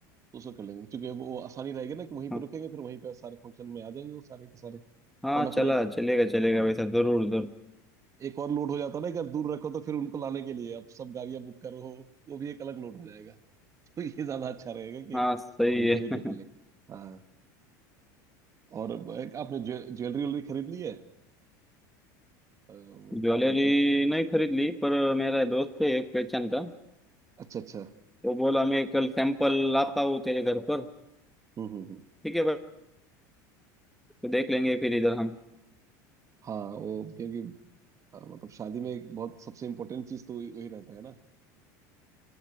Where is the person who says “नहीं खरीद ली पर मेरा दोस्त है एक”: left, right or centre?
Centre